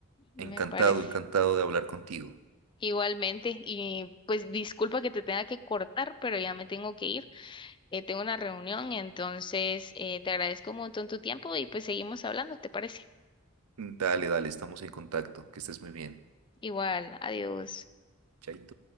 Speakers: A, on the left (about 20°); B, on the right (about 85°).
A: Me
B: Encantado,
A: parece.
B: encantado de hablar contigo.
A: Igualmente, y pues disculpa que te tenga que cortar, pero ya me tengo que ir. eh, tengo una reunión, entonces eh, te agradezco un montón tu tiempo y pues seguimos hablando, ¿te parece?
B: Dale, dale, estamos en contacto. Que estés muy bien.
A: Igual, adiós.
B: Chaito.